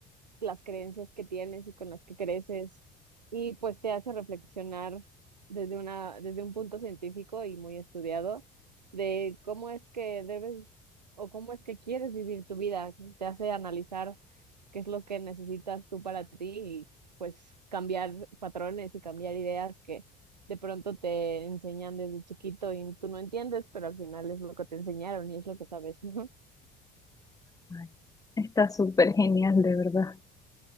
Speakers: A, on the right; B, on the left.
A: las creencias que tienes y con las que creces y pues te hace reflexionar desde una, desde un punto científico y muy estudiado de cómo es que debes o cómo es que quieres vivir tu vida. Te hace analizar qué es lo que necesitas tú para ti y pues cambiar patrones y cambiar ideas que de pronto te enseñan desde chiquito y tú no entiendes, pero al final es lo que te enseñaron y es lo que sabes, <laughs> ¿no?
B: Ay, Está súper genial, de verdad.